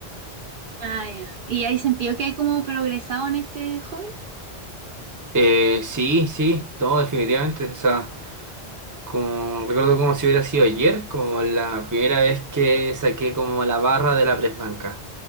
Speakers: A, on the right; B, on the right.
A: Ah, ya. ¿Y hay sentido que hay como progresado en este hobby?
B: Eh, sí, sí, no, definitivamente. O sea... Como, recuerdo como si hubiera sido ayer, como la primera vez que saqué como la barra de la presbanca.